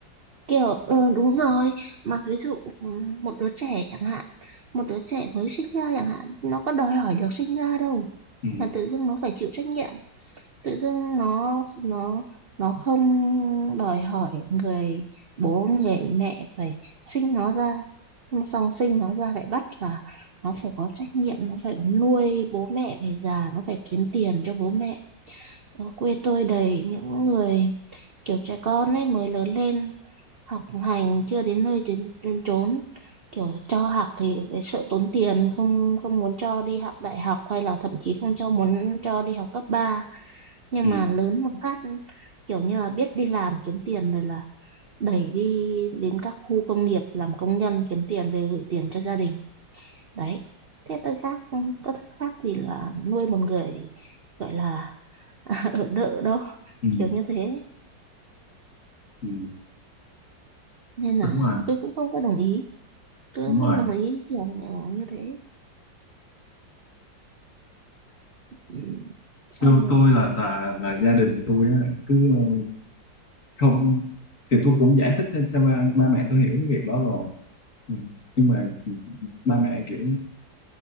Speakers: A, on the right; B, on the left.
A: kiểu ừ, đúng rồi mà ví dụ ừ, một đứa trẻ chẳng hạn một đứa trẻ mới sinh ra chẳng hạn nó có đòi hỏi được sinh ra đâu
B: ừ,
A: mà tự dưng nó phải chịu trách nhiệm tự dưng nó nó nó không đòi hỏi người bố người mẹ phải sinh nó ra Nhưng xong sinh nó ra lại bắt là nó phải có trách nhiệm nó phải nuôi bố mẹ về già nó phải kiếm tiền cho bố mẹ ở quê tôi đầy những người kiểu trẻ con ấy mới lớn lên học hành chưa đến nơi đến, đến chốn kiểu cho học thì lại sợ tốn tiền không không muốn cho đi học đại học hay là thậm chí không cho muốn cho đi học cấp ba nhưng
B: ừ,
A: mà lớn một phát kiểu như là biết đi làm kiếm tiền rồi là đẩy đi đến các khu công nghiệp làm công nhân kiếm tiền về gửi tiền cho gia đình đấy thế tôi khác ừ, có khác gì là nuôi một người gọi là <laughs> ở đợ đâu
B: ừ.
A: kiểu như thế
B: Ừ.
A: nên là
B: đúng rồi
A: tôi cũng không có đồng ý tôi
B: đúng
A: cũng
B: rồi
A: không đồng ý kiểu như thế Ừ, xong
B: tôi tôi
A: rồi
B: là là, là gia đình tôi á, cứ ờ, không thì tôi cũng giải thích cho, cho ba, ba mẹ tôi hiểu cái việc đó rồi Ừ, nhưng mà ba mẹ kiểu